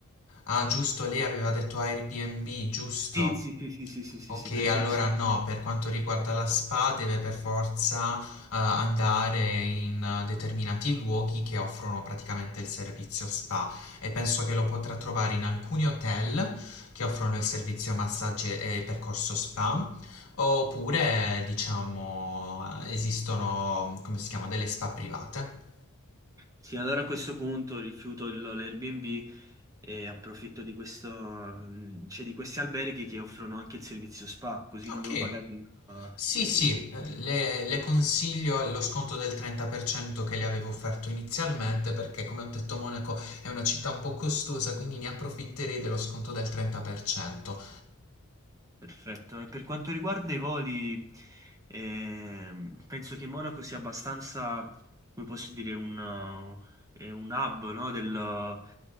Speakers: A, on the left (about 80°); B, on the right (about 15°).
A: Ah, giusto, lei aveva detto Airbnb, giusto?
B: sì, sì, sì, sì, sì, sì, sì,
A: Ok,
B: sì, per questo.
A: allora no, per quanto riguarda la spa deve per forza eh, andare in eh, determinati luoghi che offrono praticamente il servizio spa e penso che lo potrà trovare in alcuni hotel che offrono il servizio massaggi e e percorso spa oppure diciamo esistono, come si chiama, delle spa private.
B: Sì, allora a questo punto rifiuto il- l'Airbnb e approfitto di questo, mm, cioè di questi alberghi che offrono anche il servizio spa, così non
A: Ok.
B: devo pagare il- ah,
A: Sì,
B: eh,
A: sì, eh, le, le consiglio lo sconto del 30% che le avevo offerto inizialmente perché, come ho detto, Monaco è una città un po' costosa, quindi ne approfitterei dello sconto del 30%.
B: perfetto. E per quanto riguarda i voli, ehm, penso che Monaco sia abbastanza, come posso dire, un, uh, è un hub, no, del, uh,